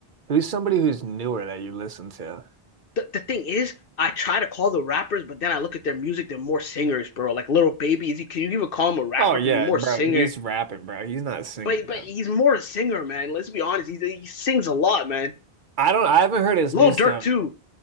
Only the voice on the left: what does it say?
The, the thing is, I try to call the rappers, but then I look at their music. They're more singers, bro. Like Little Baby, is he? Can you even call him a rapper?
Because he's more
singer.
But
but he's more a singer, man. Let's be honest. He he sings a lot, man.
Little
Dirk too.